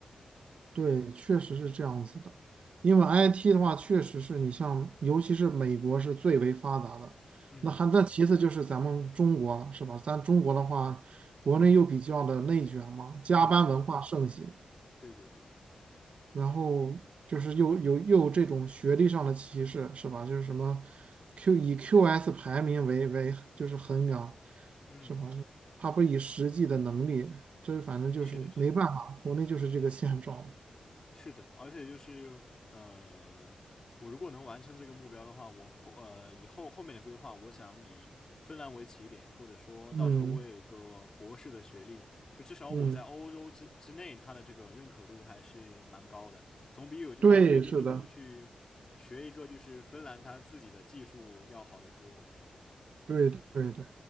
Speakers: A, on the right; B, on the left.
A: 对，确实是这样子的。因为 IT 的话，确实是你像，尤其是美国是最为发达的。
B: 嗯
A: 那还那其次就是咱们中国了，是吧？咱中国的话，国内又比较的内卷嘛，加班文化盛行，
B: 嗯，对对对，
A: 然后就是又有又有这种学历上的歧视，是吧？就是什么 Q 以 QS 排名为为就是衡量，
B: 嗯，
A: 是吧？他不以实际的能力，这反正就是没办法，
B: 是的，是的。
A: 国内就是这个现状。
B: 是的，而且就是呃，我如果能完成这个目标的话，我后呃以后后面的规划，我想以芬兰为起点，或者说到时候我有一个博士的学历，
A: 嗯
B: 就至少我在欧洲之之内，
A: 嗯。
B: 它的这个认可度还是蛮高的，总比有就总比就是我去学一个就是芬兰它自己的技术要好得多，
A: 对，是的，
B: 我感觉。
A: 对对对，